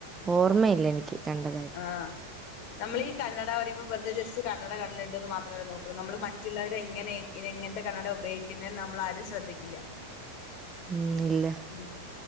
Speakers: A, on the right; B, on the left.
A: ഓർമ്മയില്ല എനിക്ക് കണ്ടതാ
B: ആഹ് നമ്മളീ ഈ കണ്ണട പറിമ്പം വെർതെ ജസ്റ്റ് കണ്ണട കണ്ണ്ല്ണ്ട്ന്ന് മാത്രല്ലെ നോക്കൊള്ളു നമ്മള് മറ്റുള്ളവരെ എങ്ങനെ എങ്ങൻത്തെ കണ്ണട ഉപയോ ക്ക്ന്നെ നമ്മള് ആരും ശ്രദ്ധിക്കില്ല
A: ഉം ഇല്ല
B: ഉം